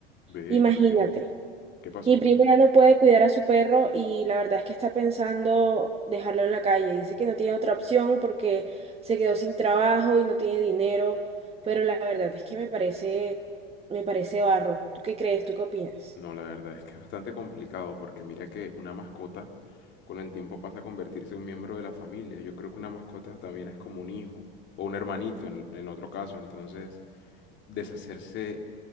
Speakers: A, on the left; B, on the right.
A: Ve,
B: Imagínate,
A: ¿y por qué? ¿Qué pasó?
B: mi prima ya no puede cuidar a su perro y la verdad es que está pensando dejarlo en la calle. Dice que no tiene otra opción porque se quedó sin trabajo y no tiene dinero, pero la verdad es que me parece, me parece barro. ¿Tú qué crees? ¿Tú qué opinas?
A: No, la verdad es que es bastante complicado porque mira que una mascota con el tiempo pasa a convertirse en un miembro de la familia. Yo creo que una mascota también es como un hijo o un hermanito en, en otro caso, entonces deshacerse